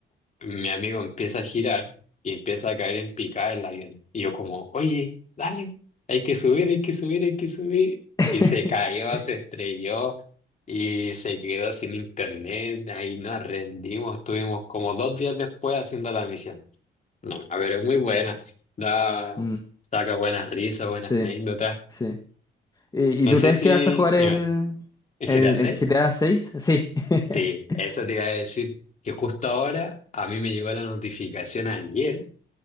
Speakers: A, on the left; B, on the left.
A: mi amigo empieza a girar y empieza a caer en picada el avión. Y yo como, oye, dale, hay que subir, hay que subir, hay que subir.
B: <laughs>
A: Y se cayó, se estrelló y se quedó sin internet. Ahí nos rendimos, estuvimos como dos días después haciendo la misión. No, a ver, es muy buena. Da,
B: Mm,
A: saca buenas risas, buenas
B: sí,
A: anécdotas.
B: sí. ¿Y,
A: No
B: y tú
A: sé
B: crees
A: si...
B: que vas a jugar
A: Dime,
B: el,
A: ¿es
B: el,
A: GTA
B: el GTA seis Sí.
A: Sí,
B: <laughs>
A: eso te iba a decir, que justo ahora a mí me llegó la notificación ayer